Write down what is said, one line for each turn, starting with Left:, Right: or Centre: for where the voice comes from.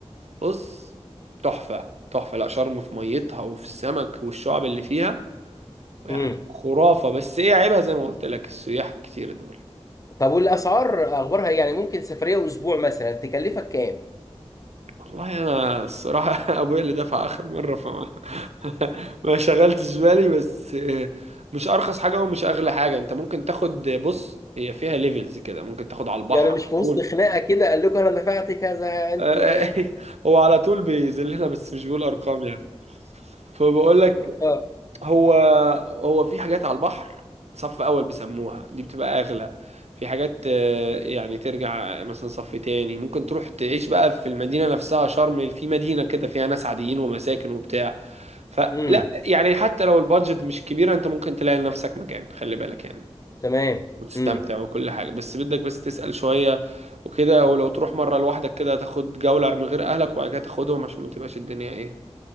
Right: بص تحفة تحفة لا شرم في ميتها وفي السمك والشعب اللي فيها يعني
Left: امم
Right: خرافة بس ايه عيبها زي ما قلت لك السياح كتير دول
Left: طب والاسعار اخبارها ايه يعني ممكن سفريه اسبوع مثلا تكلفك كام
Right: والله انا الصراحة <laughs> ابويا اللي دفع اخر مرة فما <laughs> ما شغلتش بالي بس مش ارخص حاجة ومش اغلى حاجة انت ممكن تاخد بص هي فيها ليفلز كده ممكن تاخد على البحر
Left: يعني مش
Right: على
Left: في وسط
Right: طول
Left: خناقه كده قال لكم انا دفعت كذا انتوا
Right: <laughs>
Left: عيال
Right: هو على طول بيذلنا بس مش بيقول ارقام يعني فبقول لك
Left: اه
Right: هو هو في حاجات على البحر صف اول بيسموها دي بتبقى اغلى في حاجات آه، يعني ترجع مثلا صف تاني ممكن تروح تعيش بقى في المدينة نفسها شرم في مدينة كده فيها ناس عاديين ومساكن وبتاع فلا
Left: امم
Right: يعني حتى لو البادجت مش كبيرة انت ممكن تلاقي لنفسك مكان خلي بالك يعني
Left: تمام
Right: وتستمتع
Left: امم
Right: وكل حاجة بس بدك بس تسأل شوية وكده ولو تروح مرة لوحدك كده تاخد جولة من غير اهلك وبعد كده تاخدهم عشان ما تبقاش الدنيا ايه ما